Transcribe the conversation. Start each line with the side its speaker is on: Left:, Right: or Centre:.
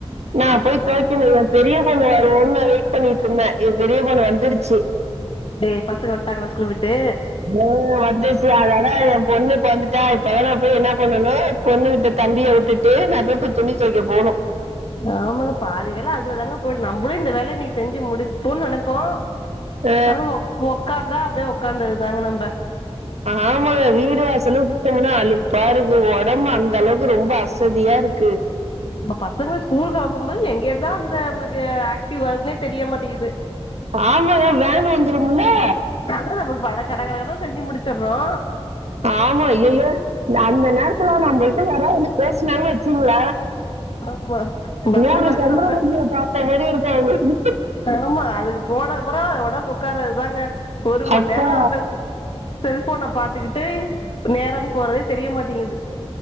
Right: நா போய் தொவைக்கனு எம்பெரிய பொண்ணு வருவுன்னு நா வெயிட் பண்ணிட்ருந்தன் என் பெரிய பொண்ணு வந்துருச்சி
Left: டே பசங்க வன்ட்டாங்களா ஸ்கூல் விட்டு
Right: டோ வந்துச்சு அடடா எம்பொண்ணு இப்ப வந்துட்டா இப்பதா நா போய் என்னா பண்ணணு பொண்ணுகிட்ட தம்பிய உட்டுட்டு நா போய் இப்ப துணி துவைக்க போணு
Left: ஆமாங்க பாதி வேல அதுவதாங்க போயிடு நம்மளூ இந்த வேல இன்னிகி செஞ்சு முடிப்போன்னு நெனப்போ
Right: ஆ,
Left: ஆனா ஒக் ஒக்காந்தா அப்டியே ஒக்காந்தது தாங்க நம்ப
Right: ஆமாங்க வீடு வாசலுப் கனுன அலுப்பா இருக்கு ஒடம்பு அந்த அளவுக்கு ரொம்ப அசதியா இருக்கு
Left: நம்ப பசங்க ஸ்கூலுக்கு அனுப்பபோது எங்கேர்ந்தா அந்த அம்புளுக்கு ஆக்டிவ் வருதுன்னே தெரியமாட்டேங்கிது
Right: ஆமாங்க வேன் வந்துரூம்லே
Left: அதா நமக் பழ கடகடன்னு செஞ்சு முடிச்சிடறோ
Right: ஆமா ஐயையோ அந்த நேரத்துல நம்மகிட்ட யாராது வந்து பேசினாங்கனு வெச்சுங்ல
Left: ஆமா பத்திரகாளிதான்
Right: நூறு சந்தரமுகிய
Left: நம்ப
Right: பாத்தா மாரி இருக்கு அவுங்களுக்கு
Left: ஆமா அதுக போனக்கப்றோ அதோட போ ஒக்காரது தாங்க ஒரு மண்
Right: அப்பா
Left: நேரோ அந்த ஃப் செல்போன பாத்துக்கிட்டு நேரோ போறதே தெரிய மாட்டேங்கிது